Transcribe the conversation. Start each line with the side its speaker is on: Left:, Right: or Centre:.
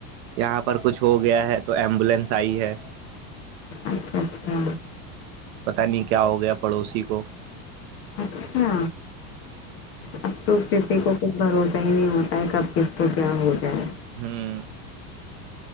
Right: یہاں پر کچھ ہو گیا ہے تو ایمبولینس آئی ہے
Left: اچھا اچھا
Right: پتاہ نہیں کیا ہو گیا پڑوسی کو
Left: اچھا اب تو کسی کو بھروسہ ہی نہیں ہوتا ہے کب کس کو کیا ہو جائے
Right: ہوں